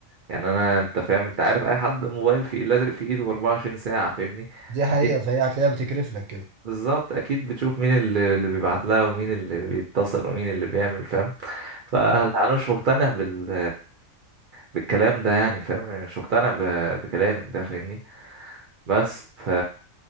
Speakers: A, on the right (about 65°); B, on the right (about 80°).
A: يعني انا انت فاهم انت عارف اي حد موبايل في لازق في ايده 24 ساعه فاهمني
B: دي حقيقه
A: اكيد
B: فهي هتلاقيها بتكرف لك كده
A: بالظبط اكيد بتشوف مين اللي اللي بيبعت لها ومين اللي بيتصل ومين اللي بيعمل فاهم فانا
B: اه
A: مش مقتنع بال بالكلام ده يعني فاهم يعني مش مقتنع ب... بكلامك ده فاهمني بس ف